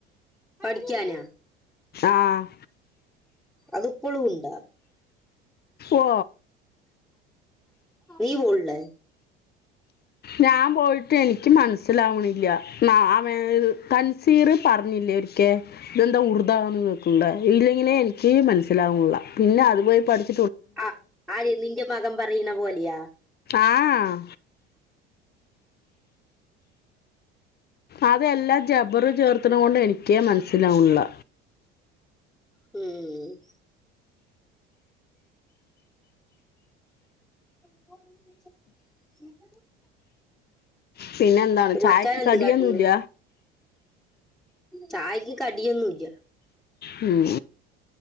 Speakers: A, in the centre; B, on the left (about 35°).
A: പഠിക്കാനൊ
B: ആഹ്
A: അത് ഇപ്പളും ഉണ്ടാ
B: ഓ
A: നീ പോളില്ലേ
B: ഞാൻ പോയിട്ട് എനിക്ക് മനസ്സ നസ്സിലാവണില്ല മ മേ തൻസീറ് പറഞ്ഞില്ലേ ഒരിക്കേ ഇതെന്താ ഉറുത വക്കുല്ലേ ഇല്ലെങ്ങനെ എനിക്ക് മനസ്സിലാവുള്ള പിന്നെ അതുപോയി പഠി
A: ആഹ് ആര് നിന്റെ മകൻ പറയുന്ന പോലെയാ
B: ആഹ് അതെല്ലാം ജബർ ചേർത്തണ കൊണ്ട് എനിക്കേ മനസ്സിലാവ്ള്ള
A: ഉം <inaudible>
B: പിന്നെ എന്താണ് ചായക്ക്
A: മച്ചാൻ എന്ത്
B: കടിയൊന്നുമില്ല
A: കാട്ടുണ് ചായക്ക് കടിയൊന്നുംല്ല
B: ഉം